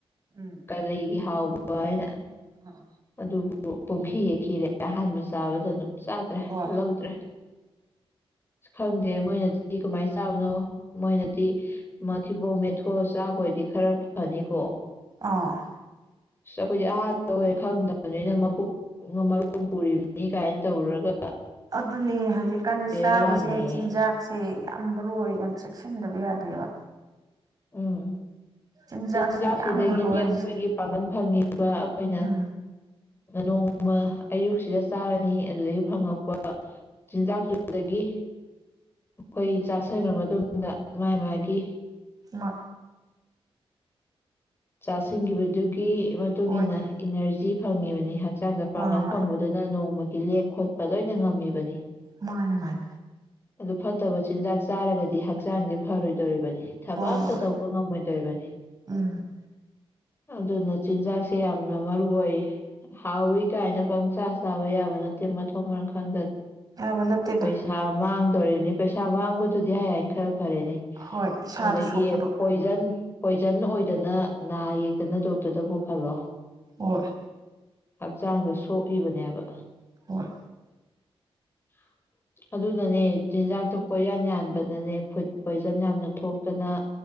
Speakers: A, on the right; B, on the left.
A: ꯎꯝ
B: ꯀꯔꯦ ꯍꯥꯎ ꯀꯏꯅ
A: ꯑꯥ
B: ꯑꯗꯨ ꯄꯨꯡꯈꯤ ꯌꯦꯦꯛꯈꯤꯔꯦ ꯑꯍꯥꯟꯕ ꯆꯥꯕꯗ ꯑꯗꯨꯝ ꯆꯇ꯭ꯔꯦ
A: ꯍꯣꯏ
B: ꯂꯧꯧꯗ꯭ꯔꯦ ꯈꯪꯗꯦ ꯃꯣꯏꯅꯗꯤ ꯀꯃꯥꯏꯅ ꯆꯥꯕꯅꯣ ꯃꯣꯏꯅꯗꯤ ꯃꯊꯤꯕꯣꯡ ꯃꯦ ꯍꯣ ꯆꯥꯕꯣꯏꯗꯤ ꯈꯔ ꯐꯅꯤꯀꯣ
A: ꯑꯥ
B: ꯑꯁ ꯑꯩꯈꯣꯏꯗꯤ ꯑꯍꯥꯟꯕ ꯑꯣꯏ ꯈꯪꯗꯕꯅꯤꯅ ꯃꯄꯣꯛ ꯃꯔꯣꯟ ꯄꯨꯔꯤꯕꯅꯤ ꯀꯥꯏꯅ ꯇꯧꯔꯒ
A: ꯑꯗꯨꯅꯤ ꯍꯧꯖꯤꯛꯀꯥꯟꯗꯤ
B: ꯕꯦꯔꯥꯅꯤꯍꯦ
A: ꯆꯥꯕꯁꯦ ꯆꯤꯟꯖꯥꯛꯁꯦ ꯌꯥꯝ ꯃꯔꯨ ꯑꯣꯏ ꯌꯥꯝ ꯆꯦꯛꯁꯤꯟꯗꯕ ꯌꯥꯗꯦꯕ
B: ꯎꯝ
A: ꯆꯤꯟꯖꯥꯛꯁꯤꯅ
B: ꯆꯤꯟꯖꯥꯛꯁꯤꯗꯒꯤꯅꯤ
A: ꯌꯥꯝ ꯃꯔꯨ ꯑꯣꯏꯔꯤꯁꯦ
B: ꯑꯩꯈꯣꯏꯒꯤ ꯄꯥꯒꯜ ꯍꯥꯏ ꯑꯩꯈꯣꯏꯅ
A: ꯎꯝ
B: ꯅꯣꯡꯃ ꯑꯌꯨꯛꯁꯤꯗ ꯆꯥꯔꯅꯤ ꯑꯗꯨꯗꯒꯤ ꯐꯪꯉꯛꯄ ꯆꯤꯟꯖꯥꯛꯇꯨꯗꯒꯤ ꯑꯩꯈꯣꯏ ꯆꯥꯥꯁꯟꯈ꯭ꯔ ꯃꯇꯨꯡ ꯃꯥꯥꯏ ꯃꯥꯒꯤ
A: ꯃ
B: ꯆꯥꯁꯤꯟꯈꯤꯕꯗꯨꯒꯤ ꯃꯇꯨꯡ
A: ꯍꯣꯏ
B: ꯏꯟꯅ
A: ꯑꯗꯨꯅꯤ
B: ꯏꯅꯔꯖꯤ ꯐꯪꯉꯤꯕꯅꯤ ꯍꯥꯏ ꯍꯛꯆꯥꯡꯗ
A: ꯍꯣꯏ
B: ꯄꯥꯡꯒꯜ
A: ꯍꯣꯏ
B: ꯐꯪꯕꯗꯨꯅ ꯅꯣꯡꯃꯒꯤ ꯒꯤ ꯂꯦꯡ ꯈꯣꯠꯄ ꯂꯣꯏꯅ ꯉꯝꯃꯤꯕꯅꯤ
A: ꯃꯥꯅ ꯃꯥꯜ
B: ꯑꯗꯨ ꯐꯠꯇꯕ ꯆꯤꯟꯖꯥꯛ ꯆꯥꯔꯒꯗꯤ ꯍꯛꯆꯥꯡꯁꯦ ꯐꯔꯣꯏꯗꯣꯔꯤꯕꯅꯤ ꯊꯕꯛ
A: ꯍꯣꯏ
B: ꯑꯝꯇ
A: ꯍꯣꯏ
B: ꯇꯧꯕ ꯉꯝꯃꯣꯏꯗꯣꯣꯏꯔꯤꯕꯅꯤ
A: ꯎꯝ
B: ꯑꯗꯨꯅ ꯆꯤꯟꯖꯥꯛꯁꯦ ꯌꯥꯝꯅ ꯃꯔꯨ ꯑꯣꯏ ꯍꯥꯎꯋꯤ ꯀꯥꯏꯅ ꯄꯪꯆꯥ ꯆꯥꯕ ꯌꯥꯕ ꯅꯠꯇꯦ ꯃꯊꯣꯡ ꯃꯔꯥꯡ ꯈꯪꯗꯅ
A: ꯌꯥꯕ ꯅꯠꯇꯗ
B: ꯄꯩꯁꯥ ꯃꯥꯡꯗꯣꯔꯤꯕꯅꯤ ꯄꯩꯁꯥ ꯃꯥꯡꯕꯗꯨꯗꯤ ꯍꯥꯏꯌꯦ ꯈꯔ ꯐꯔꯦꯅꯦ
A: ꯍꯣꯏ ꯏꯁꯥꯗ
B: ꯑꯗꯒꯤ
A: ꯁꯣꯛꯄꯗꯣ
B: ꯄꯣꯏꯖꯟꯣꯏ ꯐꯖꯟ ꯑꯣꯏꯗꯅ ꯅꯥ ꯌꯦꯛꯇꯅ ꯗꯣꯛꯇꯔꯗ ꯄꯨꯈꯠꯂꯣ
A: ꯍꯣꯏ
B: ꯍꯛꯆꯥꯡꯗ ꯁꯣꯛ ꯏꯕꯅꯦꯕ
A: ꯍꯣꯏ
B: <unintelligible> ꯑꯗꯨꯅꯅꯦ ꯆꯤꯟꯖꯥꯛꯇ ꯄꯣꯏꯌꯥꯟ ꯌꯥꯟꯕꯅꯅꯦ ꯐꯨꯗ ꯄꯣꯏꯖꯟ ꯌꯥꯝꯅ ꯊꯣꯛꯇꯅ